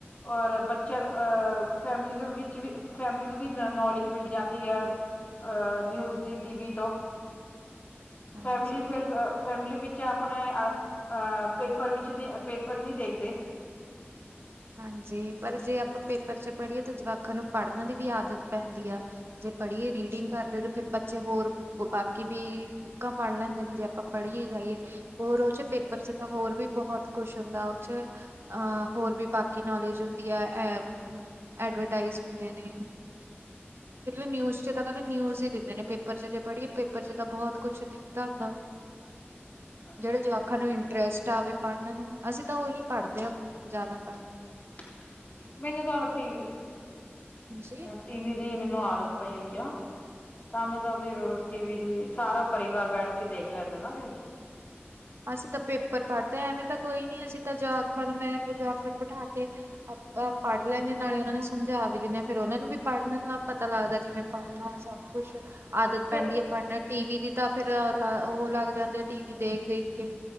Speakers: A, on the left; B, on the right.
A: ਔਰ ਬੱਚਿਆਂ ਅ ਫੈਮਿਲੀ ਦੇ ਵਿੱਚ ਵੀ ਫੈਮਿਲੀ ਨੂੰ ਵੀ ਨੌਲੇਜ ਮਿਲ ਜਾਂਦੀ ਹੈ ਅ ਨਿਊਜ਼ ਦੀ ਟੀ ਵੀ ਤੋਂ
B: ਹਾਂਜੀ
A: ਫੈਮਲੀ ਫਿਰ ਫੈਮਲੀ ਵਿੱਚ ਆਪ ਆਪਣੇ ਅ ਪੇਪਰ ਵਿੱਚ ਦੇ ਪੇਪਰ ਨਹੀਂ ਦੇਖਦੇ
B: ਹਾਂਜੀ ਪਰ ਜੇ ਆਪਾਂ ਪੇਪਰ ਚ ਪੜ੍ਹੀਏ ਤਾਂ ਜਵਾਕਾਂ ਨੂੰ ਪੜ੍ਹਨ ਦੀ ਵੀ ਆਦਤ ਪੈਂਦੀ ਆ ਜੇ ਪੜ੍ਹੀਏ ਰੀਡਿੰਗ ਕਰਦੇ ਤੇ ਫਿਰ ਬੱਚੇ ਹੋਰ ਬਾਕੀ ਵੀ ਬੁੱਕਾਂ ਪੜ੍ਹ ਲੈਂਦੇ ਨੇ ਜੇ ਆਪਾਂ ਪੜ੍ਹੀਏ ਜਾਈਏ ਹੋਰ ਉਹ ਚੱ ਪੇਪਰ ਚੱ ਤਾਂ ਹੋਰ ਵੀ ਬਹੁਤ ਕੁੱਛ ਹੁੰਦਾ ਉਹ ਚ ਅਹ ਹੋਰ ਵੀ ਬਾਕੀ ਕਿ ਨੌਲੇਜ ਹੁੰਦੀ ਆ ਐ ਐਡਵਰਟਾਈਜ਼ ਹੁੰਦੇ ਨੇ ਨਿਊਜ਼ ਚ ਤਾਂ ਕ ਨਿਊਜ਼ ਹੀ ਦਿੰਦੇ ਨੇ ਪੇਪਰ ਚ ਜੇ ਪੜ੍ਹੀਏ ਪੇਪਰ ਚ ਤਾਂ ਬਹੁਤ ਕੁੱਛ ਦਿੱਤਾ ਹੁੰਦਾ
A: ਅੱਛਾ
B: ਜਿਹੜੇ ਜਵਾਕਾਂ ਨੂੰ ਇੰਝ ਇੰਟਰਸਟ ਆਵੇ ਪੜ੍ਹਨ ਨੂੰ ਅਸੀਂ ਤਾਂ ਉਹੀ ਪੜ੍ਹਦੇ ਹਾਂ ਜ਼ਿਆਦਾ
A: ਹਮ ਮੈਨੂੰ ਤਾਂ ਟੀ ਵੀ
B: ਹਾਂਜੀ
A: ਟੀ ਵੀ ਦੀ ਮੈਨੂੰ ਆਦਤ ਪਈ ਹੋਈ ਆ ਸਾਨੂੰ ਤਾਂ ਫਿਰ ਟੀ ਵੀ ਦੀ ਸਾਰਾ ਪਰਿਵਾਰ ਬੈਠ ਕੇ ਦੇਖ ਲੈਂਦੇ ਨਾ ਫਿਰ
B: ਅਸੀਂ ਤਾਂ ਪੇਪਰ ਪੜ੍ਹਦੇ ਹਾਂ ਐਵੇਂ ਤਾਂ ਕੋਈ ਨੀ ਅਸੀਂ ਤਾਂ ਜਵਾਖਾ ਮੈਂ ਜਵਾਖਾ ਬਿਠਾ ਕੇ ਆਪਾ ਪੜ੍ਹ ਲੈਂਦੇ ਹ ਨਾਲੇ ਉਹਨਾਂ ਨੂੰ ਸਮਝਾ ਵੀ ਲੈਂਦੇ ਹਾਂ ਫਿਰ ਉਹਨਾਂ ਨੂੰ ਵੀ ਪੜ੍ਹਨ ਨਾਲ ਪਤਾ ਲੱਗਦਾ ਕਿਵੇਂ ਪੜ੍ਹਨਾ ਸਭ ਕੁਛ ਆਦਤ ਪੈਂਦੀ
A: ਫਿਰ
B: ਹੈ ਪੜ੍ਹਨਾ ਟੀ ਵੀ ਦੀ ਤਾਂ ਫਿਰ ਉਹ ਲੱਗ ਜਾਂਦੇ ਆ ਟੀ ਵੀ ਦੇਖ, ਦੇਖ ਕੇ